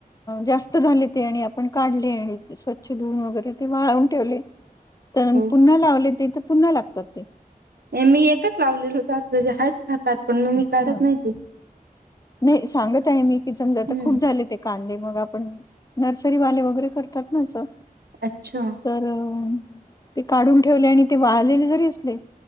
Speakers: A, on the left; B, on the right.
A: जास्त झाले ते आणि आपण काढले आणि स्वच्छ धुऊन वगैरे ते वाळवून ठेवले तर
B: हो
A: पुन्हा लावले ते तर पुन्हा लागतात ते.
B: मी एकच लावलेल होत अस झाड हातात पण मी
A: हा
B: काढत नाही ते.
A: नाही सांगत आहे मी कि समजा आता
B: हम्म
A: खूप झाले ते कांदे मग आपण नर्सरी वाले वगैरे करतात ना असं
B: अच्छा
A: तर अ ते काढून ठेवले आणि ते वाळलेले जरी असले